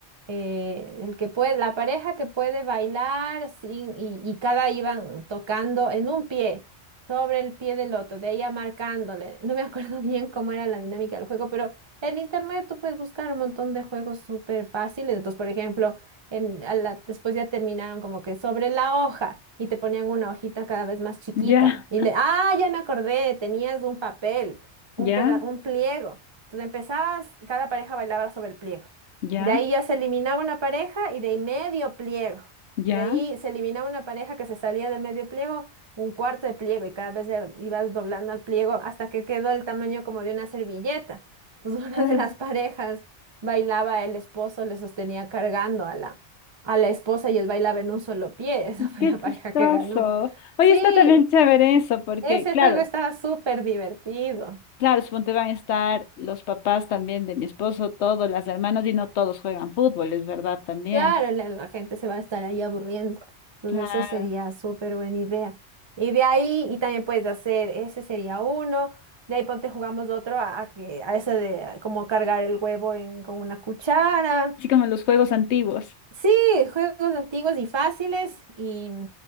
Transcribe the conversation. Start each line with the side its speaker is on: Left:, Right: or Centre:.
Right: eh, el que puede, la pareja que puede bailar sin, y, y cada iban tocando en un pie. sobre el pie del otro, de ahí marcándole. No me <laughs> acuerdo bien cómo era la dinámica del juego, pero en internet tú puedes buscar un montón de juegos súper fáciles. Entonces, por ejemplo, en, a la- después ya terminaron como que sobre la hoja y te ponían una hojita cada vez más chiquita.
Left: Ya,
Right: Y le, ah, ya me acordé, tenías un papel, un
Left: ya,
Right: peda- un pliego. Entonces empezabas, cada pareja bailaba sobre el pliego.
Left: ya,
Right: De ahí ya se eliminaba una pareja y de ahí medio pliego.
Left: ya.
Right: De ahí se eliminaba una pareja que se salía del medio pliego, un cuarto de pliego y cada vez le ibas doblando al pliego hasta que quedó el tamaño como de una servilleta. Entonces <laughs> una
Left: Ah,
Right: de las parejas bailaba, el esposo le sostenía cargando a la, a la esposa y él bailaba en un solo pie. <laughs> Esa fue
Left: qué
Right: la
Left: chistoso.
Right: pareja que ganó.
Left: Oye,
Right: Sí,
Left: está también chévere eso, porque
Right: ese
Left: claro,
Right: juego estaba súper divertido.
Left: claro, suponte van a estar los papás también de mi esposo, todos, las hermanas y no todos juegan fútbol, es verdad también.
Right: Claro, la, la gente se va a estar ahí aburriendo. Entonces
Left: Claro,
Right: eso sería súper buena idea. Y de ahí, y también puedes hacer, ese sería uno. De ahí ponte jugamos otro a, a que, a ese de como cargar el huevo en, con una cuchara.
Left: así como los juegos antiguos.
Right: Sí, juegos antiguos y fáciles y